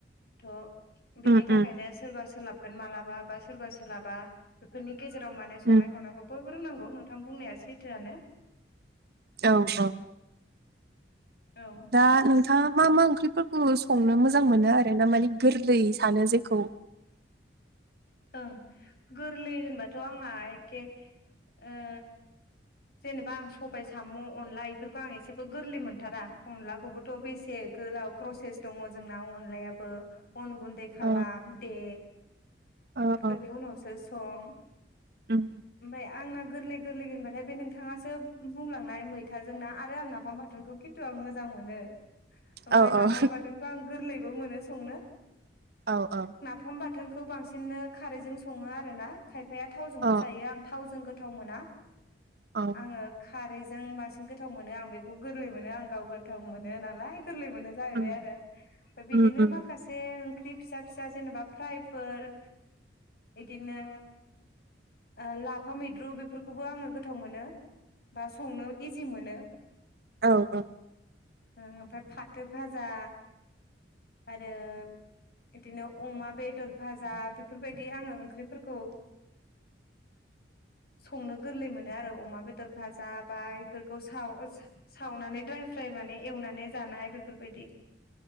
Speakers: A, on the left; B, on the right.
A: थ' बिनि
B: उम
A: थाखाय
B: उम
A: खायनो सोरबा सोलाबगोन मालाबा बा सोरबा सोलाबा बेफोरनि गेजेराव माने संनाय-खावनायखौबो
B: उम
A: बो रोंनांगौ नोंथां बुंनाया सैथोआनो
B: औ औ
A: औ।
B: दा नोंथाङा मा मा ओंख्रिफोरखौ संनो मोजां मोनो आरो ना माने गोरलै सानो जेखौ
A: ओं गोरलै होनबाथ' आंहा एखे ओ जेनेबा आं सबाय साम' अनला इफोरखौ आं एसेबो गोरलै मोनथारा अनलाखौबो थ' बेसे गोलाव प्रसेस दङ जोंना अनलायाबो अन गुन्दै खालाम
B: औ
A: दे
B: औ
A: बेफोरनि
B: औ
A: उनावसो सं।
B: उम
A: ओमफाय आंना गोरलै गोरलै होनबाथाय बे नोंथांङासो बुंलांनाय मैथाजोंना आरो आं नाफाम बाथोनखौ खिन्थु आं मोजां मोनो ओमफाय
B: औ
A: नाबाम
B: औ
A: बाथोनखौ आं गोरलैबो मोनो संनो।
B: औ औ।
A: फाम बाथोनखौ बांसिननो खारैजों सङो आर ना खायफाया थावजोंबो
B: औ
A: जायो आं थावजों गोथाव मोना
B: औ
A: आङो खारैजों बांसिन गोथाव मोनो आं बेखौ गोरलै मोनो आं गाव गोथाव मोनो नालाय गोरलै मोनो। जाहैबाय
B: उम
A: आरो फाय बिदिनो
B: उम उम
A: माखासे ओंख्रि फिसा फिसा जेनेबा फ्रायफोर इदिनो ओ लाफा मैद्रु बेफोरखौबो आङो गोथाव मोनो। बा संनो इजि मोनो।
B: औ औ
A: ओ ओमफाय फाथो फाजा आरो इदिनो अमा बेदर भाजा बेफोरबायदि आङो ओंख्रिफोरखौ संनो गोरलै मोनो आरो अमा बेदर भाजा बा इफोरखौ साव ओस सावनानै ड्राय फ्राय माने एवनानै जानाय बेफोरबायदि।